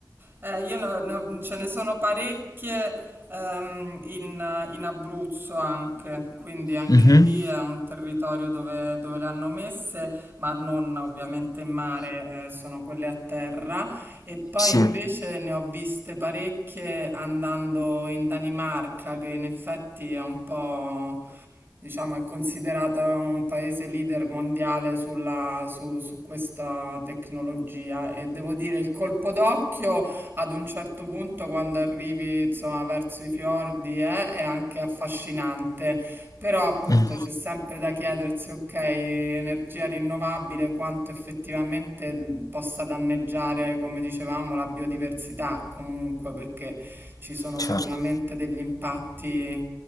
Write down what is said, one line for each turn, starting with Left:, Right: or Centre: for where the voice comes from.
Right: Eh, io ne- ne- ce ne sono parecchie ehm, in, in Abruzzo anche, quindi anche
Left: Mhm.
Right: lì è un territorio dove, dove le hanno messe, ma non ovviamente in mare, eh, sono quelle a terra. E poi
Left: Sì.
Right: invece ne ho viste parecchie andando in Danimarca, che in effetti è un po' diciamo, è considerata un paese leader mondiale sulla- su, su questa tecnologia e devo dire il colpo d'occhio ad un certo punto quando arrivi, insomma, verso i fiordi eh, è anche affascinante però appunto
Left: Mm,
Right: c'è sempre da chiedersi, ok, energia rinnovabile, quanto effettivamente mh, possa danneggiare, come dicevamo, la biodiversità comunque, perché ci sono
Left: certo.
Right: sicuramente degli impatti